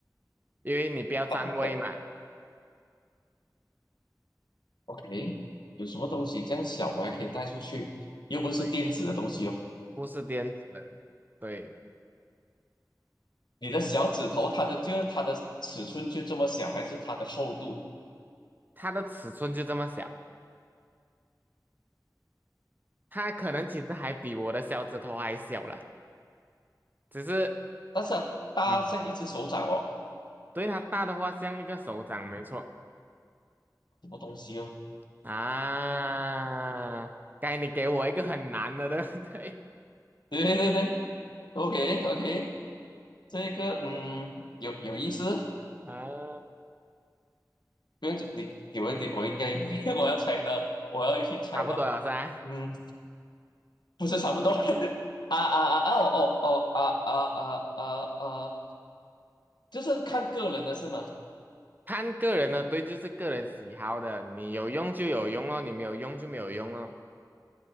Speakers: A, on the right; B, on the left.
A: 因为你不要占位嘛。
B: 啊，不可，OK，有什么东西这样小我还可以带出去？又不是电子的东西哦。
A: 对，不是电子的，对，
B: 你的小指头，它的就是它的尺寸就这么小，还是它的厚度？
A: 它的尺寸就这么小，它可能其实还比我的小指头还小了，只是。
B: 但是啊大像一只手掌哦，
A: 嗯。对，它大的话像一个手掌，没错
B: 什么东西哦？
A: 啊。该你给我一个很难的，对不对？
B: 对对对，OK OK，这个嗯，有有意思，
A: <laughs> 啊，
B: 不用紧，你给我一点，我应该 <laughs> 我要猜到，我要去猜到，
A: 差不多了噻。
B: 嗯，不是差不多的 <laughs> 啊啊啊啊哦哦哦啊啊啊啊啊，就是看个人的是吗
A: 看个人的，对，就是个人喜好的，你有用就有用咯，你没有用就没有用咯。